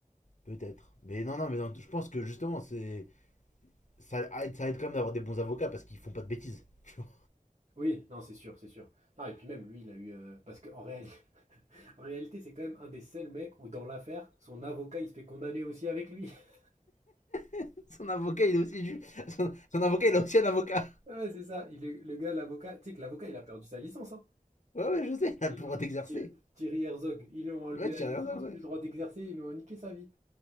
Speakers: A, on the left; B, on the right.
A: Peut-être. Mais non, non, mais non, je pense que justement, c'est ça aide, ça aide quand même d'avoir des bons avocats parce qu'ils font pas de bêtises. tu vois.
B: Oui, non, c'est sûr, c'est sûr. Non, et puis même lui, il a eu euh, parce qu'en réalité, <laughs> en réalité, c'est quand même un des seuls mecs où dans l'affaire, son avocat, il se fait condamner aussi avec lui. <laughs>
A: <laughs> Son avocat, il est aussi du... son, son avocat, il a aussi un avocat.
B: Ouais, c'est ça. Il, est- le gars, l'avocat, tu sais que l'avocat, il a perdu sa licence, hein.
A: Ouais, ouais, je sais, <laughs> il
B: Ils
A: pourra
B: lui ont-
A: t'exercer.
B: Thierry Thierry Herzog, ils lui ont enlevé
A: Ouais, tu
B: la
A: sais
B: licence,
A: rien ça, ouais.
B: plus le droit d'exercer, ils lui ont niqué sa vie.